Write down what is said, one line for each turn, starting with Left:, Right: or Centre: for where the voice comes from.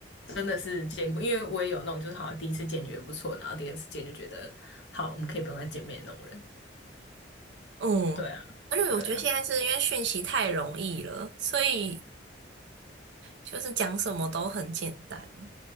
Left: 真的是见过，因为我也有那种，就是好像第一次见觉得不错，然后第二次见就觉得好，我们可以不用再见面的那种人。
Right: 嗯，
Left: 对啊，
Right: 而且我觉得现在是因为讯息太容易了，
Left: 对啊，
Right: 所以就是讲什么都很简单。